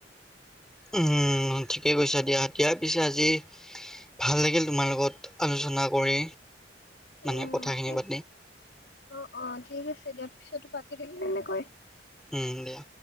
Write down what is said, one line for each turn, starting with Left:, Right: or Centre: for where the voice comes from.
Centre: উম, ঠিকেই কৈছা দিয়া দিয়া পিছে আজি ভাল লাগিল তোমাৰ লগত আলোচনা কৰি।
Left: উম
Centre: মানে কথাখিনি
Left: ঠিক
Centre: পাতি
Left: অ অ ঠিক আছে দিয়াৰ পিছতো পাতি থাকিল তেনেকৈ।
Centre: উম, দিয়া।